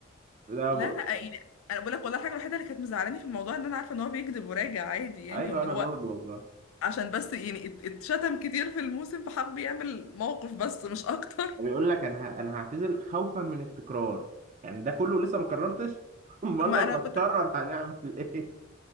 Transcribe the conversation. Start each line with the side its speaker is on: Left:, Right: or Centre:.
Right: لا
Left: لا
Right: ب...
Left: لا يعني انا بقول لك والله الحاجه الوحيده اللي كانت مزعلاني في الموضوع ان انا عارفه ان هو بيكذب وراجع عادي يعني
Right: ايوه
Left: وان
Right: انا
Left: هو
Right: برضو والله
Left: عشان بس يعني ات- اتشتم كتير في الموسم فحب يعمل موقف بس مش اكتر
Right: بيقول لك انا ه... انا هعتزل خوفا من التكرار يعني ده كله لسه ما قررتش <laughs> امال
Left: ما
Right: لما
Left: انا كنت
Right: تقرر هنعمل ايه